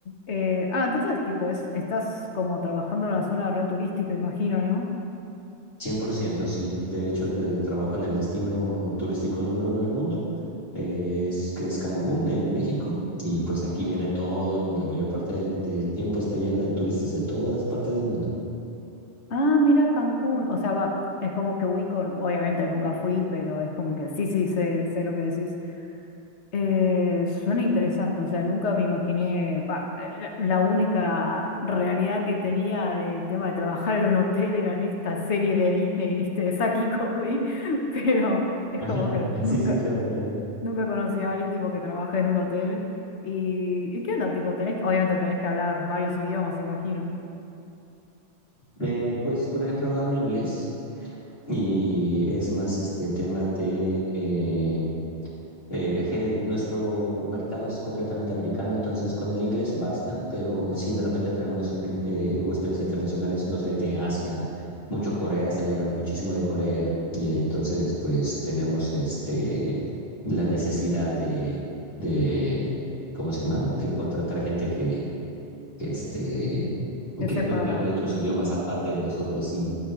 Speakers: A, on the left; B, on the left.
A: Eh, ah, entonces, tipo, es, estás como trabajando en una zona re turística, imagino, ¿no?
B: 100%, sí. De hecho, de- trabajo en el destino turístico número uno del mundo, eh, es, que es Cancún, en México, y pues aquí viene todo el mundo. La mayor parte del, del tiempo está lleno de turistas de todas partes del mundo.
A: Ah, mira Cancún, o sea, va, es como que ubico, obviamente nunca fui, pero es como que sí, sí, sé, sé lo que decís. Eh, suena interesante, o sea, nunca me imaginé, va, eh, la, la única realidad que tenía del tema de trabajar en un hotel era en esta serie de Disney, viste, de Saki y Cody, <laughs> pero es
B: Ajá.
A: como
B: <laughs>
A: que nunca,
B: Sí, sí, claro, claro.
A: nunca conocí a alguien tipo que trabaja en un hotel y, ¿y qué onda? Tipo, tenés, que- obviamente tenés que hablar varios idiomas, imagino,
B: Eh, pues, por ejemplo, hablo inglés. Y es más este tema de eh, eh, que nuestro mercado es completamente americano, entonces con el inglés basta, pero si de repente tenemos ingl- eh, huéspedes internacionales, no sé, de Asia, mucho Corea, está llegando muchísimo de Corea, y entonces pues tenemos este la necesidad de, de ¿cómo se llama? De contratar gente que, que este
A: que
B: que,
A: sepa.
B: pues, que hable otros idiomas aparte de nosotros, sí,